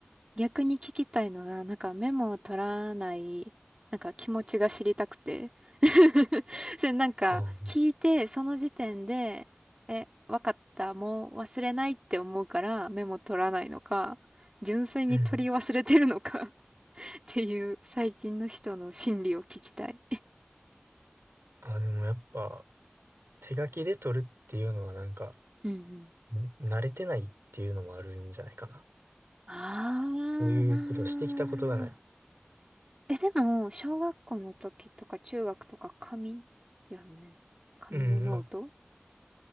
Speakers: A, on the right; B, on the right.
A: 逆に聞きたいのが、なんかメモを取らない、なんか気持ちが知りたくて。<laughs> それなんか、
B: あ、
A: 聞いて、その時点で、え、わかった、もう忘れないって思うからメモ取らないのか、純粋に取り忘れてるのか
B: うん。
A: <laughs> っていう、最近の人の心理を聞きたい。
B: あ、でもやっぱ、手書きで取るっていうのはなんか、
A: <laughs> うんうん
B: ん慣れてないっていうのもあるんじゃないかな。
A: ああな
B: こういうことをしてきたことがない。
A: ー。え、でも、小学校の時とか中学とか紙やんね。紙のノート
B: うん、ま、